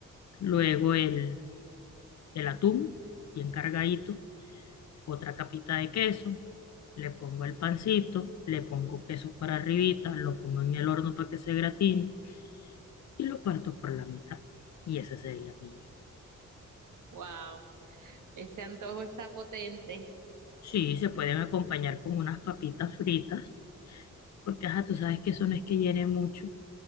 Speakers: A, on the left; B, on the right.
A: Luego el, el atún, bien cargadito. Otra capita de queso. Le pongo el pancito, le pongo queso para arribita, lo pongo en el horno para que se gratine y lo parto por la mitad. Y ese sería mi.
B: Wow. Ese antojo está potente.
A: Sí, se pueden acompañar con unas papitas fritas, porque ajá, tú sabes que eso no es que llene mucho.